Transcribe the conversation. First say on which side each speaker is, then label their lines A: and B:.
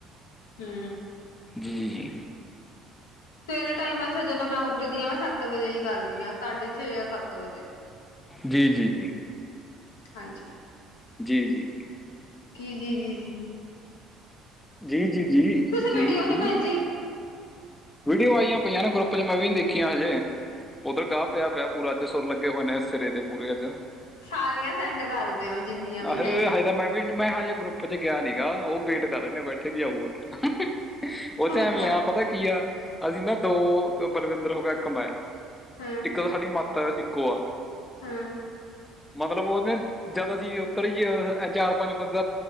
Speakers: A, on the left (about 85°); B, on the left (about 20°).
A: ਹੂੰ।
B: ਜੀ-ਜੀ-ਜੀ।
A: ਸਵੇਰੇ ਟਾਈਮ ਅੱਛਾ ਜਦੋਂ ਮੈਂ ਉੱਠਦੀ ਹਾਂ, ਮੈਂ ਸੱਤ ਵਜੇ ਹੀ ਕਰਦੀ ਹਾਂ। ਸਾਢੇ ਛੇ ਜਾਂ ਸੱਤ ਵਜੇ,
B: ਜੀ ਜੀ ਜੀ ਜੀ
A: ਹਾਂਜੀ।
B: ਜੀ-ਜੀ-ਜੀ।
A: ਕੀ? ਜੀ-ਜੀ-ਜੀ।
B: ਜੀ-ਜੀ-ਜੀ-ਜੀ-ਜੀ।
A: ਤੁਸੀਂ ਵੀਡੀਓ ਨੀ ਭੇਜੀ
B: ਵੀਡੀਓ ਆਈਆਂ, ਪਈਆਂ ਨੇ ਗਰੁੱਪ ਚ ਮੈਂ ਵੀ ਦੇਖੀਆਂ ਹਜੇ। ਉੱਧਰ ਗਾਹ ਪਿਆ ਪਿਆ, ਪੂਰਾ ਏਥੇ ਸੁਰ ਲੱਗੇ ਹੋਏ ਨੇ ਸਿਰੇ ਦੇ ਪੂਰੇ ਅੱਜ।
A: ਸਾਰੀਆਂ ਸੈਂਡ ਕਰਦੇ ਹੋ ਜਿੰਨੀਆਂ ਵੀ
B: ਆਹੇ
A: ਹੈਗੀਆਂ।
B: ਹਜੇ ਤਾਂ ਮੈਂ ਮੈਂ ਹਜੇ ਗਰੁੱਪ ਚ ਗਿਆ ਨੀ ਗਾ, ਉਹ ਵੇਟ ਕਰ ਰਹੇ ਨੇ ਬੈਠੇ ਵੀ ਆਊਗਾ। ਉਹ ਚ ਐਵੇਂ
A: ਅੱਛਾ
B: ਆ ਪਤਾ ਕੀ ਆ, ਅਸੀਂ ਨਾ ਦੋ ਬਲਵਿੰਦਰ ਹੋ ਗਿਆ ਇੱਕ ਮੈਂ।
A: ਹਾਂ
B: ਇੱਕ ਤਾਂ ਸਾਡੀ ਮਾਤਾ ਇੱਕੋ ਆ।
A: ਹਾਂ
B: ਮਤਲਬ ਉਹਦੇ ਜਿਦਾ ਅਸੀਂ ਉੱਤਰ ਹੀ ਚਾਰ ਪੰਜ ਬੰਦਾ